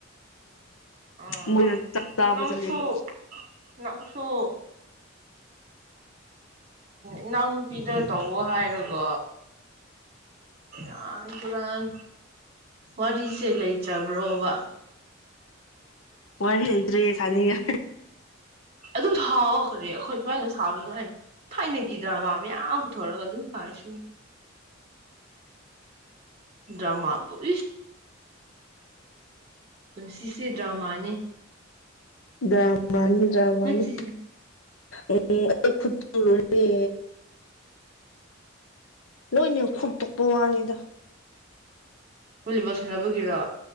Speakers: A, on the right; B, on the left.
A: ꯑꯣ
B: ꯃꯣꯏꯅ ꯆꯥꯛꯇꯥꯥꯕ
A: ꯅꯪꯁꯨ
B: ꯆꯠꯂꯦꯕ
A: ꯅꯪꯁꯨ ꯏꯅꯥꯎ ꯅꯨꯄꯤꯗ ꯇꯧꯋ ꯍꯥꯏꯔꯒꯣ ꯏꯔꯥꯟ ꯇꯨꯔꯥꯟ ꯋꯥꯔꯤꯁꯦ ꯂꯩꯇ꯭ꯔꯕ꯭ꯔꯣꯕ
B: ꯋꯥꯔꯤ ꯂꯩꯇ꯭ꯔꯦ ꯁꯥꯥꯅꯤꯡꯉ
A: ꯑꯗꯨ ꯍꯥꯎꯈ꯭ꯔꯦ ꯑꯩꯈꯣꯏ ꯁꯨꯃꯥꯏꯅ ꯁꯥꯕ ꯑꯗꯨꯃꯥꯏꯅ ꯊꯥꯏꯅꯒꯤꯗ꯭ꯔꯃꯥ ꯃꯌꯥꯝ ꯄꯨꯊꯣꯔꯒ ꯑꯗꯨꯝ ꯁꯥꯔꯁꯤꯅꯦ ꯗ꯭ꯔꯃꯥ ꯁ ꯄꯨꯟ ꯁꯤ ꯁꯤꯦ ꯗ꯭ꯔꯃꯥꯅꯤ
B: ꯗ꯭ꯔꯃꯅꯤ ꯗ꯭ꯔꯃꯅꯤ
A: ꯅꯠꯇꯦ
B: ꯎ ꯑꯩ ꯂꯣꯏꯅꯈ ꯄꯛꯄ ꯋꯥꯅꯤꯗ
A: ꯂꯤꯕꯣꯜ ꯁꯥꯟꯅꯕꯒꯤꯔꯣ